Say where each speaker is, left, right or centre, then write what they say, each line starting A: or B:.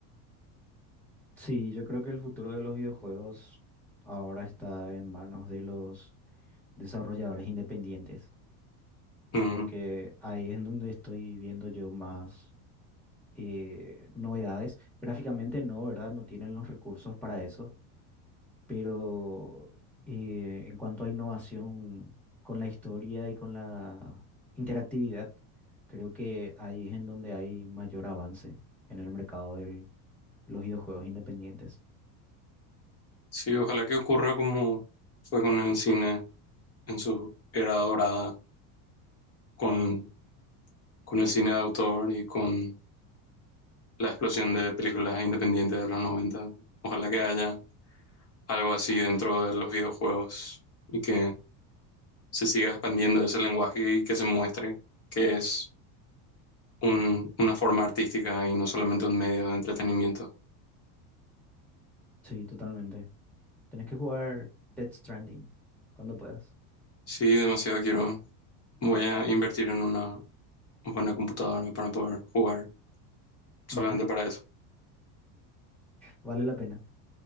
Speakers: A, in the centre; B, on the left.
A: Sí, yo creo que el futuro de los videojuegos ahora está en manos de los desarrolladores independientes,
B: Ujú.
A: porque ahí es en donde estoy viendo yo más eh, novedades. Gráficamente no, ¿verdad? No tienen los recursos para eso, pero eh, en cuanto a innovación con la historia y con la interactividad, creo que ahí es en donde hay mayor avance en el mercado de los videojuegos independientes.
B: Sí, ojalá que ocurra como fue con el cine en su era dorada con, con el cine de autor y con la explosión de películas independientes de los noventa Ojalá que haya algo así dentro de los videojuegos y que se siga expandiendo ese lenguaje y que se muestre que es un- una forma artística y no solamente un medio de entretenimiento.
A: Sí, totalmente. Tenés que jugar Death Stranding cuando puedas.
B: Sí, demasiado quiero. Voy a invertir en una buena computadora para poder jugar solamente
A: Ujú,
B: para eso.
A: Vale la pena.